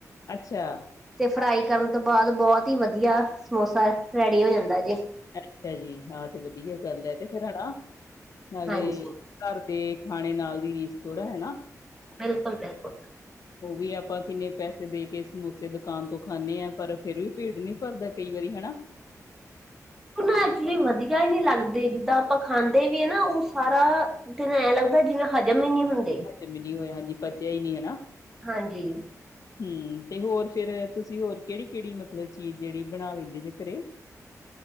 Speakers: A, on the left; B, in the centre.
A: ਅੱਛਾ।
B: ਤੇ ਫਰਾਈ ਕਰਨ ਤੋਂ ਬਾਅਦ ਬਹੁਤ ਹੀ ਵਧੀਆ, ਸਮੋਸਾ ਰੈਡੀ ਹੋ ਜਾਂਦਾ ਜੇ।
A: ਅੱਛਾ ਜੀ, ਹਾਂ ਤੇ ਵਧੀਆ ਗੱਲ ਹੈ ਤੇ ਫੇਰ ਹੈ ਨਾ ਨਾਲੇ
B: ਹਾਂਜੀ
A: ਘਰ ਦੇ ਖਾਣੇ ਨਾਲ ਦੀ ਰੀਸ ਥੋੜ੍ਹਾ ਹੈਨਾ।
B: ਬਿਲਕੁਲ ਬਿਲਕੁਲ।
A: <inaudible> ਉਹ ਵੀ ਆਪਾਂ ਕਿੰਨੇ ਪੈਸੇ ਦੇ ਕੇ ਸਮੋਸੇ ਦੁਕਾਨ ਤੋਂ ਖਾਂਦੇ ਹਾਂ ਪਰ, ਫਿਰ ਵੀ ਢਿੱਡ ਨੀ ਭਰਦਾ ਕਈ ਵਾਰੀ ਹੈਨਾ।
B: ਉਹ ਨਾ ਐਕਚੁਲੀ ਵਧੀਆ ਹੀ ਨੀ ਲਗਦੇ, ਜਿੱਦਾਂ ਆਪਾਂ ਖਾਣ ਵੀ ਹੈ ਨਾ ਉਹ ਸਾਰਾ, ਦਿਨ ਐਂ ਲੱਗਦਾ ਜਿਵੇਂ ਹਜ਼ਮ ਹੀ ਨੀ ਹੁੰਦਾ।
A: ਹਜਮ ਹੀ ਨਹੀਂ ਹੋਇਆ, ਹਾਂਜੀ ਪਚਿਆ ਹੀ ਨਹੀਂ ਹਨਾ।
B: ਹਾਂਜੀ।
A: ਹੂੰ, ਤੇ ਹੋਰ ਫਿਰ, ਤੁਸੀਂ ਹੋਰ ਕਿਹੜੀ ਕਿਹੜੀ ਮਤਲਬ ਚੀਜ਼ ਜਿਹੜੀ ਬਣਾ ਲੈਂਦੇ ਜੇ ਘਰੇ।